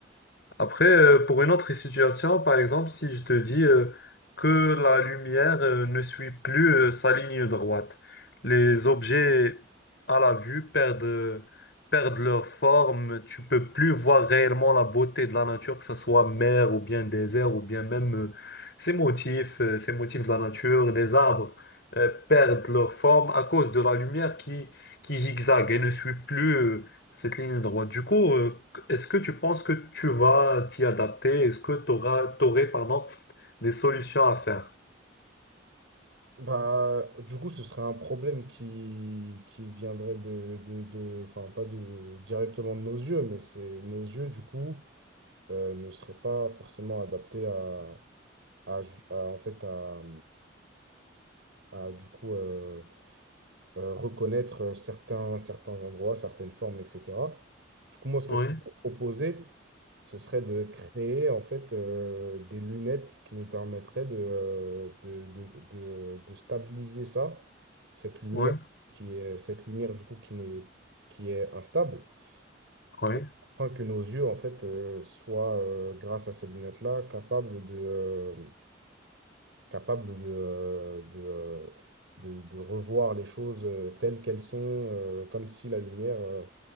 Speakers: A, on the left (about 60°); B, on the right (about 70°).
A: Après, euh, pour une autre situation, par exemple, si je te dis euh, que la lumière euh, ne suit plus euh, sa ligne droite, les objets à la vue perdent, euh, perdent leur forme, tu peux plus voir réellement la beauté de la nature, que ce soit mer ou bien désert ou bien même euh, ces motifs, euh, ces motifs de la nature, les arbres euh, perdent leur forme à cause de la lumière qui, qui zigzague et ne suit plus euh, cette ligne droite. Du coup, euh, est-ce que tu penses que tu vas t'y adapter? Est-ce que tu auras, aurais, pardon, des solutions à faire?
B: Bah, du coup, ce serait un problème qui, qui viendrait de, de, de- enfin, pas de, directement de nos yeux, mais c'est nos yeux, du coup, euh, ne seraient pas forcément adaptés à, à, ju- à, en fait, à, à, du coup, euh, euh, reconnaître euh, certains, certains endroits, certaines formes, etc. Du coup, moi, ce que
A: Oui,
B: je proposais, ce serait de créer en fait euh, des lunettes qui nous permettraient de, euh, de, de, de- de stabiliser ça, cette lumière
A: oui,
B: qui est cette lumière du coup qui n'est qui est instable,
A: oui.
B: et afin que nos yeux en fait euh, soient euh, grâce à ces lunettes-là capables de, euh, capable de, euh, de, euh, de, de revoir les choses euh, telles qu'elles sont, euh, comme si la lumière euh,